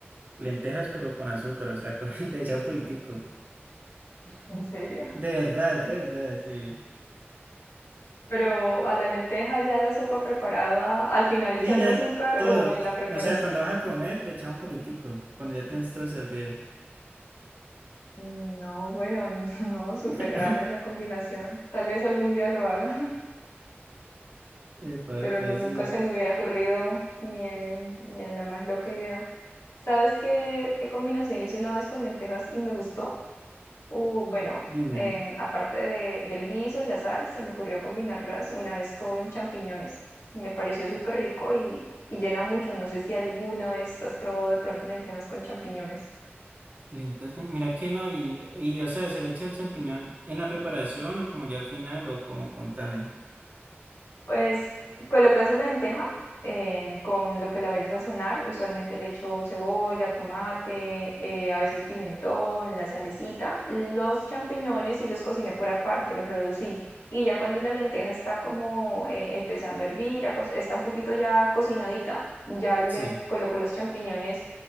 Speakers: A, on the right; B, on the left.
A: lentejas pero con azúcar, o sea, <laughs> le echan un poquitico,
B: ¿en serio?
A: de verdad, de verdad, sí.
B: Pero a la lenteja ya la sopa preparada, al final echarle
A: Sí, ya
B: azúcar
A: todo.
B: o en la preparación.
A: O sea, cuando vas a comer, le echas un poquitico. Cuando ya tienes todo servido.
B: Mm, No, bueno, <laughs> no, súper
A: <laughs>
B: raro esa combinación. Tal vez algún día lo haga.
A: Epa,
B: pero
A: epa,
B: no,
A: sí,
B: nunca
A: le-
B: se me hubiera ocurrido ni en, ni en la más loca idea. ¿Sabes qué, qué combinación hice una vez con lentejas y me gustó? Uh, bueno,
A: Dime.
B: eh, aparte de- del guiso, la sal, se me ocurrió combinarlas una vez con champiñones. Me pareció súper rico y, y llena mucho. No sé si alguna vez has probado de pronto lentejas con champiñones.
A: Lentas con- Mira que no, y, y o sea, ¿se le echa el champiñón en la preparación o como ya al final o como contame?
B: Pues colocas la lenteja eh, con lo que la vayas a sazonar. Usualmente le echo cebolla, tomate, eh, a veces pimentón, la salecita. Los champiñones y los cociné por aparte, los reducí. Y ya cuando la lenteja está como eh, empezando a hervir, a co- está un poquito ya cocinadita, ya le
A: Sí.
B: coloco los champiñones